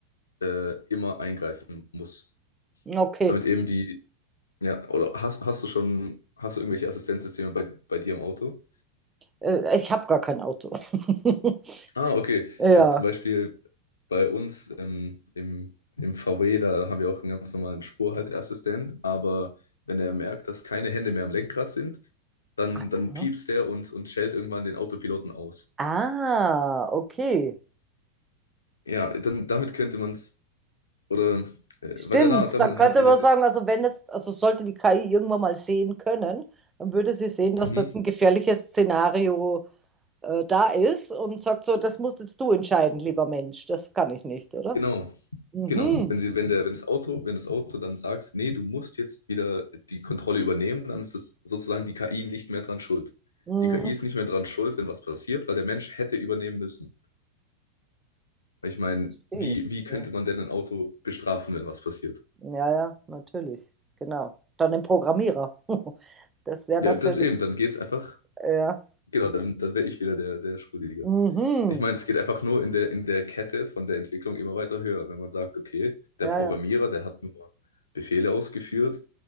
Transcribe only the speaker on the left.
äh, immer eingreifen muss.
Damit eben die, ja, oder hast, hast du schon, hast du irgendwelche Assistenzsysteme bei, bei dir im Auto?
Ah, okay.
Ja, zum Beispiel bei uns ähm, im, im VW, da haben wir auch einen ganz normalen Spurhalteassistent, aber wenn er merkt, dass keine Hände mehr am Lenkrad sind, dann,
dann piepst der und, und schellt irgendwann den Autopiloten aus.
Ja, dann damit könnte man es, oder, äh,
weil danach, dann
hat wieder
der,
mhm,
Genau,
genau. Wenn sie, wenn der, wenn das Auto, wenn das Auto dann sagt, nee, du musst jetzt wieder die Kontrolle übernehmen, dann ist es sozusagen die KI nicht mehr dran schuld.
Die KI ist nicht mehr dran schuld, wenn was passiert, weil der Mensch hätte übernehmen müssen. Weil Ich meine,
wie, wie könnte
man denn ein Auto bestrafen, wenn was passiert?
Ja,
das eben, dann geht's einfach,
genau, dann, dann wäre ich wieder der, der Schuldige.
Ich meine, es geht einfach nur in der, in der Kette von der Entwicklung immer weiter höher, wenn man sagt, okay, der
Programmierer,
der hat nur Befehle ausgeführt